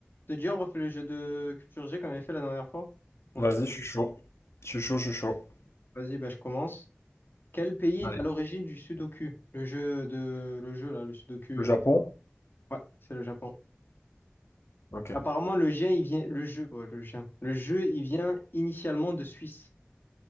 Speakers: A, on the left; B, on the left.
A: Te dis, on refait le jeu de culture G qu'on avait fait la dernière fois. On
B: Vas-y,
A: se pose des
B: je
A: questions.
B: suis chaud. Je suis chaud, je suis chaud.
A: Vas-y, bah, je commence. Quel pays est
B: Allez.
A: à l'origine du Sudoku? Le jeu de, le jeu là, le Sudoku. euh,
B: Le Japon?
A: Ouais, c'est le Japon.
B: Ok.
A: Apparemment, le jeu, il vient, le jeu, ouais, le jeu, le jeu, il vient initialement de Suisse.